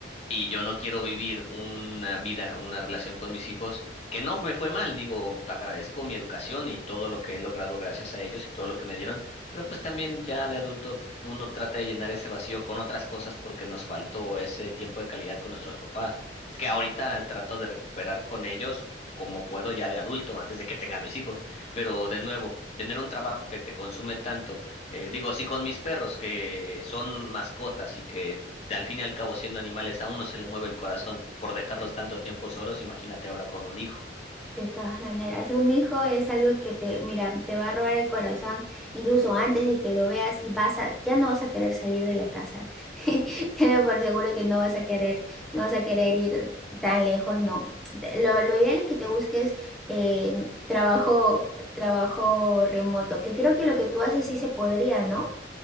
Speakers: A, on the left (about 35°); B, in the centre.
A: Y yo no quiero vivir una vida, una relación con mis hijos que no me fue mal, digo, agradezco mi educación y todo lo que he logrado gracias a ellos y todo lo que me dieron, pero pues también ya de adulto uno trata de llenar ese vacío con otras cosas porque nos faltó ese tiempo de calidad con nuestros papás, que ahorita trato de recuperar con ellos como puedo ya de adulto, antes de que tenga mis hijos, pero de nuevo, tener un trabajo que te consume tanto. Eh, digo, si con mis perros que son mascotas y que al fin y al cabo, siendo animales, a uno se le mueve el corazón por dejarlos tanto tiempo solos, imagínate ahora con un hijo.
B: De todas maneras, un hijo es algo que te, mira, te va a robar el corazón incluso antes de que lo veas y vas a, ya no vas a querer salir de la casa. <laughs> Tenlo por seguro que no vas a querer, no vas a querer ir tan lejos, no. Te- Lo, lo ideal es que te busques eh, trabajo, trabajo remoto, que creo que lo que tú haces sí se podría, ¿no?